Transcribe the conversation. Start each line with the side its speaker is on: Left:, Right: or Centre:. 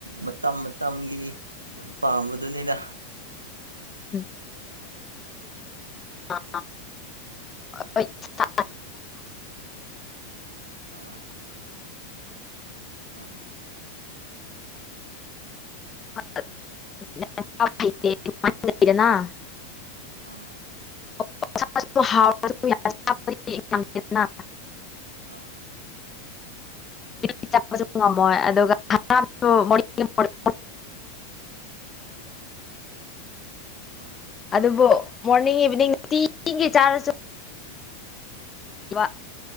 Right: ꯃꯇꯝ ꯃꯇꯝꯒꯤ ꯑꯗꯨꯝ ꯄꯥꯝꯕꯗꯨꯅꯦꯗ
Left: ꯎꯝ <unintelligible> <unintelligible>
Right: ꯑꯥ ꯑꯥ
Left: <unintelligible>
Right: ꯑꯥ
Left: <unintelligible>
Right: ꯑꯥ
Left: ꯑꯩꯗꯤ ꯆꯥꯕꯁꯨ ꯉꯝꯃꯣꯏ ꯑꯗꯨꯒ <unintelligible>
Right: ꯑꯥ
Left: ꯑꯗꯨꯕꯨ ꯃꯣꯔꯅꯤꯡ ꯏꯚꯤꯅꯤꯡ ꯅꯨꯡꯇꯤꯒꯤ ꯆꯥꯔꯁꯨ ꯋꯥ